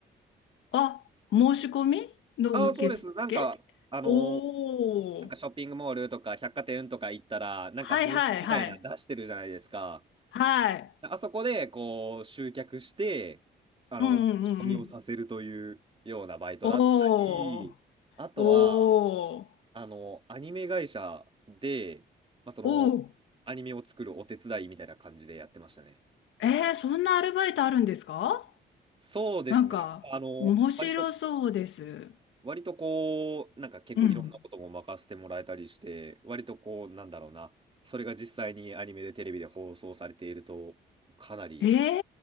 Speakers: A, on the left; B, on the right.
A: あ、申し込みの受付
B: ああー、そうです。なんか、あの、
A: おー。
B: なんかショッピングモールとか百貨店とか行ったら、なんかブースみたいなの出してるじゃないですか。
A: はいはいはい。はい。
B: あそこでこう集客して、あの、
A: うんうんうんうん。
B: 持ち込みをさせるというようなバイトだったり、
A: おー。
B: あとは、
A: おー。
B: あの、アニメ会社で、まあ、その、
A: おお。
B: アニメを作るお手伝いみたいな感じでやってましたね。
A: えー、そんなアルバイトあるんですか
B: そうですね。
A: なんか、
B: あの、
A: 面白そうです。
B: 割と割とこう、なんか結構いろんなことも任せてもらえたりして、
A: うん。
B: 割とこう、なんだろうな、それが実際にアニメでテレビで放送されていると、かなり
A: えー、